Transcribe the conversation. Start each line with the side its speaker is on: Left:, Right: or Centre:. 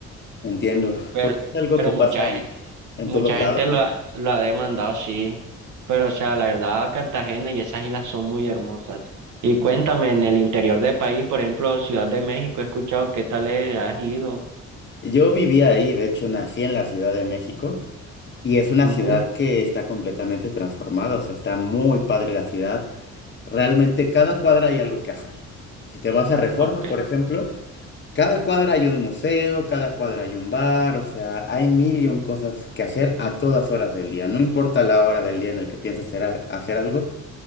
Left: Entiendo.
Right: Pero,
Left: Pues es algo
Right: pero
Left: que pasa
Right: mucha
Left: en,
Right: gente,
Left: en
Right: mucha
Left: todos lados,
Right: gente lo
Left: ¿no?
Right: ha, lo ha demandado, sí. Pero, o sea, la verdad, Cartagena y esas islas son muy hermosas. Y cuéntame, en el interior del país, por ejemplo, Ciudad de México, he escuchado qué tal es, has ido.
Left: Yo vivía ahí, de hecho nací en la Ciudad de México y es una
Right: Ujú.
Left: ciudad que está completamente transformada, o sea, está muy padre la ciudad. Realmente cada cuadra hay algo que hacer. Si te vas a Reforma,
Right: Ok,
Left: por ejemplo, Cada cuadra hay un museo, cada cuadra hay un bar, o sea, hay mil y un cosas que hacer a todas horas del día. No importa la hora del día en el que pienses hacer, al- hacer algo,